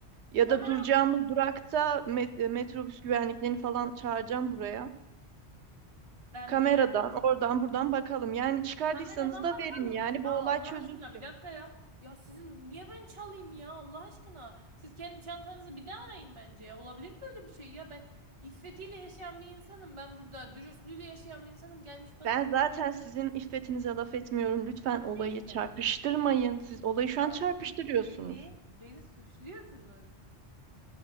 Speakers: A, on the right; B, on the right.
A: ya
B: Kamera
A: da duracağımız
B: yok mu?
A: durakta met- e, metrobüs güvenliklerini falan çağıracağım buraya.
B: Ben
A: Kameradan
B: bilemem.
A: oradan buradan bakalım. Yani çıkardıysanız
B: Kameradan
A: da
B: bakalım.
A: verin yani bu
B: Ya Allah
A: olay çözülsün.
B: aşkına bir dakika ya. Ya sizin niye ben çalayım ya Allah aşkına? Siz kendi çantanızı bir daha arayın bence ya. Olabilir mi böyle bir şey ya? Ben iffetiyle yaşayan bir insanım. Ben burada dürüstlüğüyle yaşayan bir insanım. Gelmiş bana
A: Ben
B: zil-
A: zaten sizin iffetinize laf etmiyorum. Lütfen
B: Tamam
A: olayı
B: neyse.
A: çarpıştırmayın. Siz olayı
B: Ya
A: şu an çarpıştırıyorsunuz.
B: siz beni beni suçluyorsunuz.